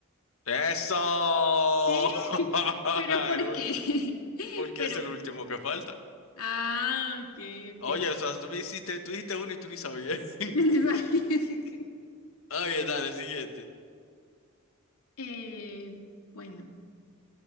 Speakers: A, on the left; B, on the left.
A: ¡Eso!
B: Sí. <laughs>
A: <laughs>
B: ¿Pero
A: El
B: por
A: ul-
B: qué? <laughs>
A: Porque
B: Pero,
A: es el último que falta.
B: ah, ok, ok.
A: Oye, o sea, tú me hiciste, tú dijiste uno y tú ni sabías. <laughs>
B: <laughs> ¿Tienes ahí? <laughs>
A: Ah, bien, dale, siguiente.
B: Eh, bueno,